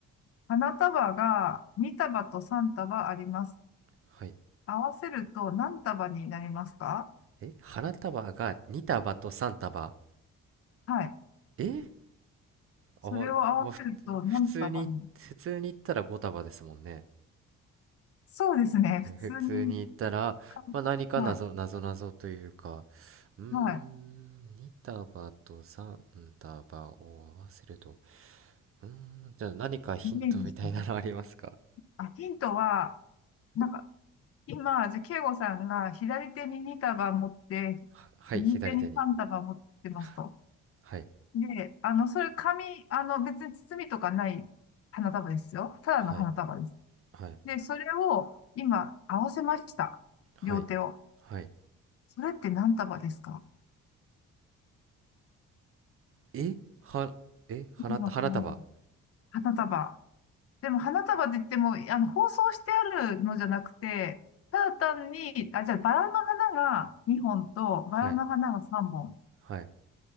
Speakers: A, on the left; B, on the right.
A: 花束が2束と3束あります。
B: はい。
A: 合わせると何束になりますか
B: え、花束が2束と3束
A: はい。
B: えあ、
A: それを合わせると何束に
B: まあ、ふ普通に、普通に言ったら5束ですもんね。
A: そうですね。
B: ふ普通に言ったら、
A: 普通にか。
B: まあ、何か謎、
A: はい。
B: 謎謎というか、うーん、
A: はい。
B: 2束と3束を合わせると、うーん、じゃあ何かヒントみたいなのありますか
A: イメージしてね。あ、ヒントは、なんか、今、じゃあ、慶吾さんが左手に2束持って、
B: ははい、
A: 右手に3束持ってますと。
B: 左手に。ははい、
A: で、あの、それ紙、あの、別に包みとかない花束ですよ。ただの花束です。
B: はい、はい、
A: で、それを今合わせました。
B: はい、
A: 両手を。
B: はい。
A: それって何束ですか
B: えは、え花、
A: の花束。
B: 花束。
A: 花束でも花束って言っても、あの、包装してあるのじゃなくて、ただ単に、あ、じゃあバラの花が2本と、バラの花が3本、
B: はい、はい。